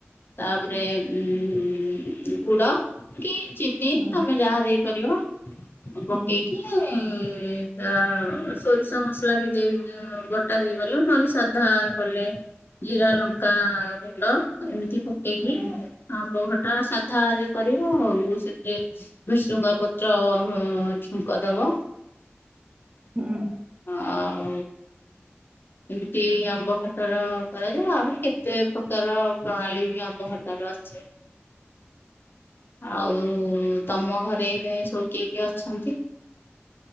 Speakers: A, on the left; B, on the right.
A: ତାପରେ, ଉଁ ଗୁଡ଼ କି ଚିନି
B: ହୁଁ
A: ତମେ ଯାହା ଦେ ପାରିବ, ପକେଇକି
B: ହୁଁ
A: ଇଁ ଆ, ସୋରିଷ ମସଲା ବି ଦେଇ ବଟା ଦେଇପାରିବ, ନଲେ ସାଧା କଲେ ଜିରା ଲଙ୍କା ଗୁଣ୍ଡ ଏମିତି ପକେଇକି
B: ହୁଁ
A: ଆମ୍ବ ଖଟା ସାଧା ରେ କରିବ, ଆଉ ଯୋଉ ସେଠି ଭିଶୁଙ୍ଗା ପତ୍ର ଅଁ, ଛୁଙ୍କ ଦବ।
B: ହୁଁ।
A: ଆଉ ଏମିତି ଆମ୍ବ ଖଟାର କରାଯାଏ, ଆଉ କେତେ ପ୍ରକାର ପ୍ରଣାଳୀ ବି ଆମ୍ବ ଖଟାର ଅଛି। ଆଉ ତୋମ ଘରେ ଏବେ ସବୁ କିଏ କିଏ ଅଛନ୍ତି?